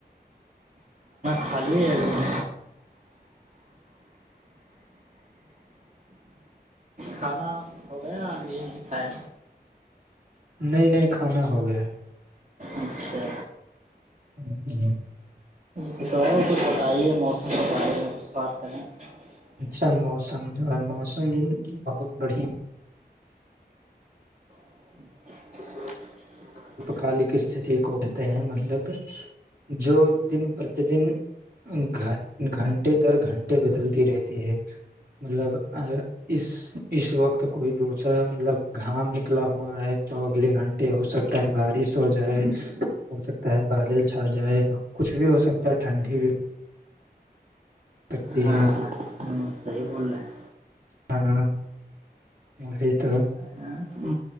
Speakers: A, on the right; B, on the right.
A: خالی ابھی کھانا ہو گیا اب یہ نہیں کھایا
B: نئے نئے کھانا ہو گئے
A: اچھا
B: <unintelligible>
A: کچھ اور کچھ بتائیے موسم کے بارے میں بات کریں <unintelligible>
B: اچھا موسم جو ہے موسم بہت بڑھیا
A: <inaudible> <inaudible>
B: کالی کش اس کو کہتے ہیں مطلب جو دن پرتیدن گ گھنٹے در گھنٹے بدلتی رہتی ہے مطلب اس اس وقت کوئی دوسرا مطلب گھام نکلا ہوا ہے تو اگلے گھنٹے ہو سکتا ہے بارش ہو جائے ہو سکتا ہے بادل چھا جائے کچھ بھی ہو سکتا ہے ٹھنڈی بھی کرتے
A: ہاں
B: ہیں
A: ہاں صحیح بول رہے ہیں
B: ہاں یہ تو
A: ہاں